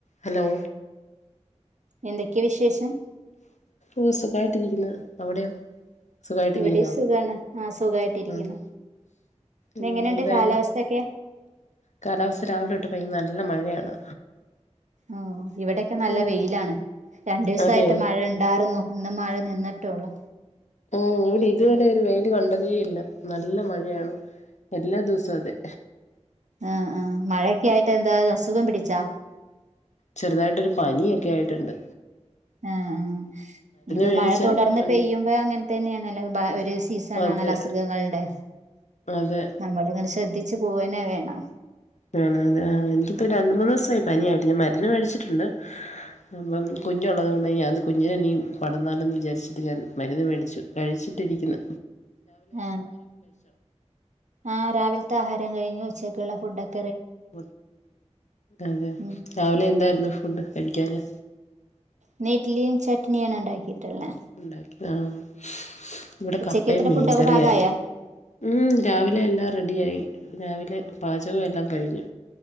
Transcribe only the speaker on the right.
എന്തൊക്കെയ വിശേഷം.
ഇവിടെ സുഖാണ് ആ സുഖായിട്ടിരിക്കുന്നു.
എങ്ങനെണ്ട്
കാലാവസ്ഥൊക്കെ?
ആഹ് ഇവിടൊക്കെ നല്ല
വെയിലാണ് രണ്ടുസായിട്ട്
മഴ ണ്ടാർന്നു ഇന്ന് മഴ നിന്നിട്ടോള്ളൂ
ആ ആ ഴൊക്കെ ആയിറ്റ് എന്താ അസുഖം പിടിച്ചാ
ആ ആ ഇപ്പൊ
മഴ തുടർന്ന്
പെയ്യുമ്പോ അങ്ങൻ തന്നെയാണല്ലോ ബ ഒരു സീസണ
ണല് അസുഖങ്ങൾടെ
നമ്മളിങ്ങനെ ശ്രദ്ധിച്ചു പോവന്നെ വേണം
ആ ആ രാവിൽത്ത ആഹാരം കഴിഞ്ഞു ഉച്ചക്കുള്ള ഫുഡൊക്
ഉം
ന്ന് ഇഡ്ലിയും ചട്നിയാണ് ഇണ്ടാക്കിയിട്ട്ള്ളെ
ഉച്ചക്കത്തെ
ഫുഡൊക്കെ
പാകായാ